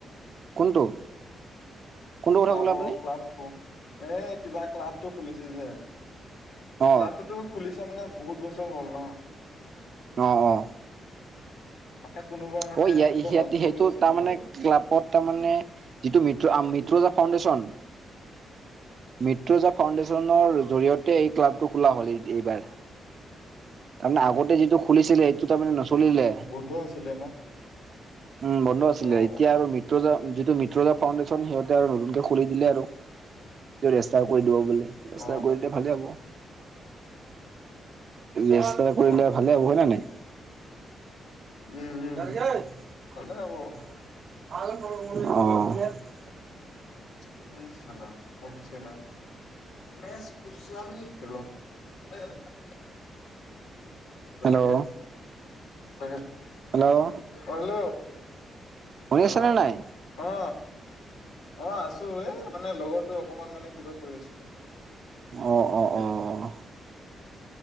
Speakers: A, on the right; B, on the left.
A: কোনটো? কোনটো কথা
B: ক্লাবৰ
A: ক'লে আপুনি
B: ক্লাব এ কিবা ক্লাবটো খুলিছে যে?
A: অ
B: ক্লাবটোতো খুলিছে মানে বহুত বছৰ হ'ল ন?
A: অ, অ।
B: তাকে কোনোবা মানে
A: অ ইয়া
B: কিবা
A: ইহেতি
B: হেল্প কৰি
A: সেইটো
B: আছে
A: তামানে
B: নেকি আৰু?
A: ক্লাবত তাৰ মানে যিটো মিঠো আম মিথো আ মিত্ৰজা ফাউণ্ডেশ্যন। মিত্ৰজা ফাউণ্ডেশ্যনৰ জৰিয়তে এই ক্লাবটো খোলা হ'ল এই এইবাৰ। তাৰমানে আগতে যিটো খুলিছিলে, সেইটো তাৰমানে নচলিলে।
B: বন্ধয়ে আছিলে ন?
A: উম বন্ধ আছিলে।
B: অ',
A: এতিয়া আৰু মিত্ৰজা যিটো মিত্ৰজা ফাউণ্ডেশ্যন, সিহঁতে আৰু নতুনকে খুলি দিলে আৰু। তেওঁ ৰেষ্টাও কৰি দিব বোলে। ৰাস্তা
B: অ',
A: কৰি দে ভালে হ'ব। ৰেষ্টাৰ কৰিলে
B: অ',
A: ভালে হ'ব। হয় না নাই?
B: উম, উম,
A: <unintelligible>
B: ভালে হ'ব। <unintelligible> <unintelligible> <unintelligible>
A: হেল্ল',
B: অ
A: হেল্ল',
B: হেল্ল'!
A: শুনি আছেনে
B: অ।
A: নাই?
B: অ, অ আছো। এ মানে লগৰতো অকমান মানে কিবা কৈ আছিলে।
A: অ অ। অ',